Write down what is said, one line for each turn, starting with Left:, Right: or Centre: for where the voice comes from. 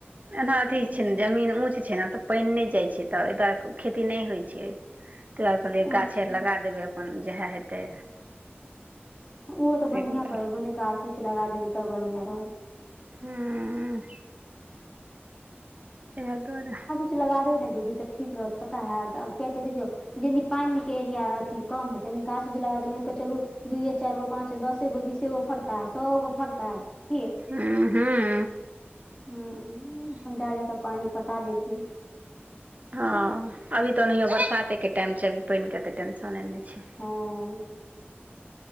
Right: एना
Left: हूँ
Right: ठीक छै ने जमीन ऊंच छै ने तऽ पानि नहि जाइ छै तऽ ऐतह खेती नहि होइ छै। तऽ दुआरें कहलिए गाछे
Left: अच्छा
Right: आर लगा देबै अपन जएह हेतै।
Left: ओहो तऽ
Right: ताहि
Left: बढ़िआँ
Right: दुआरे
Left: करबैने गाछ उछ लगा देबै तब बढ़िआं रहत।
Right: हूँ। एह दुआरे
Left: कि लगा देबै ने दीदी तऽ ठीक रहत पता है किया के देखियौ जे नी पानि के एरिया अथी कम हेतै न गााछ उज लगा दैब मानिकऽ चलू दुइयए चारि गो पाँचो दसेगो बीसेगो फड़ताै सएगो फड़ताै किऐ।
Right: ह हू।
Left: हूं हूं अपन जा जाा केऽ पानी पटा देथि।
Right: हँ अभी तऽ ओनायो बरसाते के टाइम छै अभी पानि के तऽ टेंशने नहि छै।
Left: हँ।